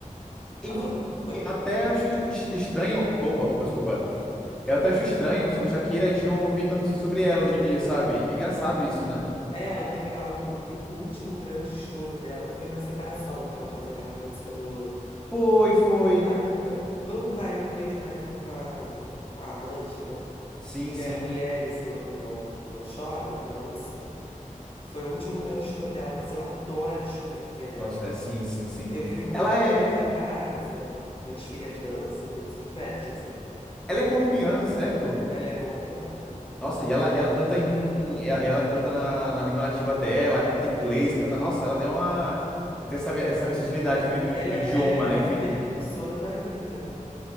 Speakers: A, on the left; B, in the centre.
A: Alô?
B: em-
A: Oi?
B: até acho es- estranho. Opa, opa, desculpa. Eu até acho estranho sobre a Shakira, a gente não ouvir tanto assim sobre ela hoje em dia, sabe? É engraçado isso, né?
A: É, ela teve a- o, o último grande estouro dela foi na separação, né? Que ela fez aquela música do,
B: Foi, foi.
A: da, da- do, mari- do ex-marido com a, com a amante, né?
B: Sim,
A: Que
B: sim.
A: é Mulheres não, não, não choram, né? Um negócio assim. Foi o último grande estouro dela, mas eu adoro a discografia dela.
B: Nossa, é, sim, sim, sim.
A: Eu vivo colocando
B: Ela é,
A: aqui em casa, minhas filhas dançam, a gente se diverte assim com ela.
B: ela é colombiana, certo?
A: Ela é colombiana.
B: Nossa, e ela, e ela canta em, e ela, canta na, na língua nativa dela, canta em inglês, canta. Nossa, ela deu uma, tem essa, essa versatilidade também
A: Ela
B: no, no
A: é,
B: idioma,
A: ela é
B: né? Enfim.
A: a precursora da Anitta, né?